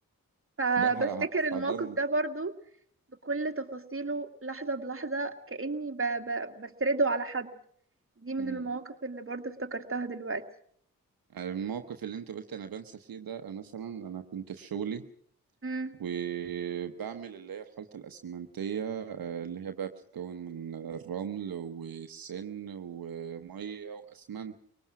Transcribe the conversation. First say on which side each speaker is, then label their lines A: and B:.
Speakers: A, on the right; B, on the right.
A: فبفتكر
B: ده ح-
A: الموقف
B: حضر
A: ده برضو بكل تفاصيله لحظة بلحظة كأني ب... ب... بسرده على حد دي من
B: مم.
A: المواقف اللي برضه افتكرتها دلوقتي
B: الموقف اللي انت قلت انا بنسى فيه ده مثلا انا كنت في شغلي
A: امم
B: وبعمل اللي هي الخلطة الأسمنتية آه، اللي هي بقى بتتكون من الرمل والسن ومية وأسمنت